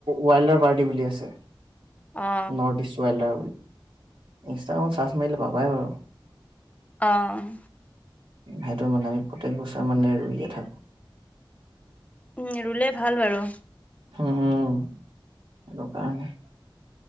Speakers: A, on the right (about 75°); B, on the left (about 15°).
A: ৱাইল্ডাৰ পাৰ্টি বুলি আছে।
B: অ
A: নৰ্থ ইষ্ট ৱাইল্ডাৰ বুলি ইনষ্টাগ্ৰামত চাৰ্চ মাৰিলে পাবাই বাৰু।
B: অহ ',
A: সেইটো মানে আমি প্ৰতেক বছৰ মানে ৰুইয়ে থাকো।
B: উম, ৰুলে ভাল বাৰু।
A: উম, এইটো কাৰনে।